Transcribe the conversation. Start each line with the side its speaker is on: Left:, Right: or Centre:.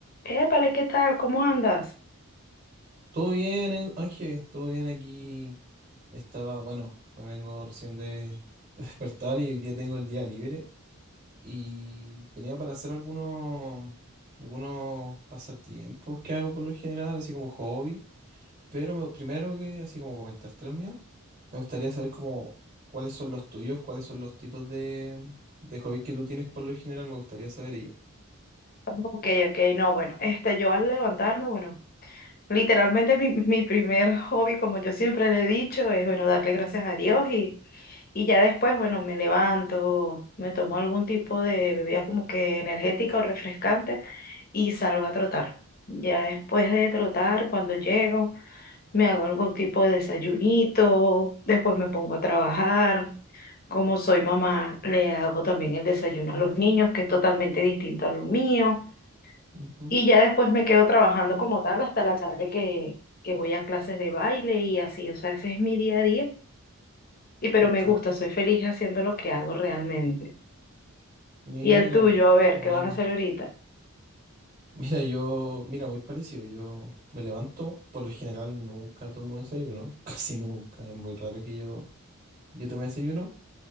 Left: Épale, ¿qué tal? ¿Cómo andas?
Right: Todo bien, eh, Ángel, todo bien aquí. Estaba, bueno, me vengo recién de, <laughs> de despertar y hoy día tengo el día libre y tenía para hacer algunos algunos pasatiempos que hago por lo general, así como hobby, pero me- primero que así como comentarte los míos, me gustaría saber como cuáles son los tuyos, cuáles son los tipos de, de hobbies que tú tienes por lo general, me gustaría saber ello.
Left: Ok, ok, no, bueno, este, yo al levantarme, bueno, literalmente mi, mi primer hobby, como yo siempre le he dicho, es, bueno, darle gracias a Dios y, y ya después, bueno, me levanto, me tomo algún tipo de bebida como que energética o refrescante y salgo a trotar. Ya después de trotar, cuando llego, me hago algún tipo de desayunito, después me pongo a trabajar. Como soy mamá, le hago también el desayuno a los niños, que es totalmente distinto a lo mío.
Right: Ujú,
Left: Y ya después me quedo trabajando como tal hasta la tarde que, que voy a clases de baile y así. O sea, ese es mi día a día. Y pero
Right: entiendo.
Left: me gusta, soy feliz haciendo lo que hago realmente.
Right: Mira,
Left: Y el tuyo, a ver,
Right: bueno.
Left: ¿qué vas a hacer ahorita?
Right: Mira, yo, mira, muy parecido. Yo me levanto, por lo general nunca tomo desayuno, <laughs> casi nunca. Es muy raro que yo, yo tome desayuno.